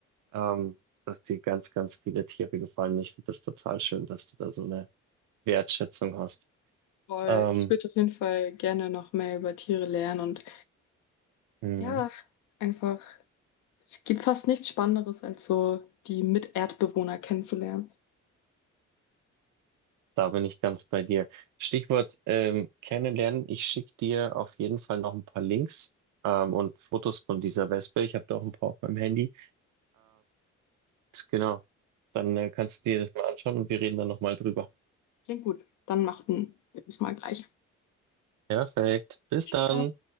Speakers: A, on the right (about 80°); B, on the left (about 80°).
A: ähm, dass dir ganz, ganz viele Tiere gefallen. Ich finde das total schön, dass du da so eine Wertschätzung hast.
B: Voll,
A: Ähm,
B: ich würde auf jeden Fall gerne noch mehr über Tiere lernen und
A: du,
B: ja, einfach, es gibt fast nichts Spannenderes, als so die Miterdbewohner kennenzulernen.
A: Da bin ich ganz bei dir. Stichwort ähm, kennenlernen. Ich schicke dir auf jeden Fall noch ein paar Links ähm, und Fotos von dieser Wespe. Ich habe da auch ein paar auf meinem Handy. Genau. Dann äh, kannst du dir das mal anschauen und wir reden dann nochmal drüber.
B: Klingt gut, dann machten wir das mal gleich.
A: Perfekt. Bis
B: Bis
A: dann.
B: später.